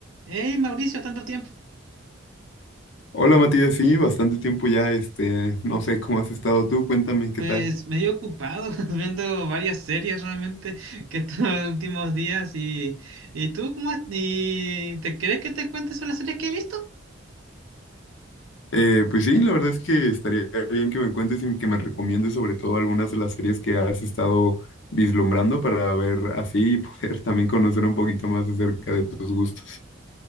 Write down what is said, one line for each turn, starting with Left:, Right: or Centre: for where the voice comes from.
Right: Hey Mauricio, tanto tiempo.
Left: Hola Matías, sí, bastante tiempo ya, este, no sé cómo has estado tú, cuéntame qué
Right: Pues
Left: tal.
Right: medio ocupado <laughs> viendo varias series realmente <laughs> que estos últimos días y, y tú cómo es- y te crees que te cuentes sobre las series que he visto?
Left: Eh, pues sí, la verdad es que estaría bien que me cuentes y que me recomiendes sobre todo algunas de las series que has estado vislumbrando para ver así y poder <laughs> también conocer un poquito más acerca de tus gustos.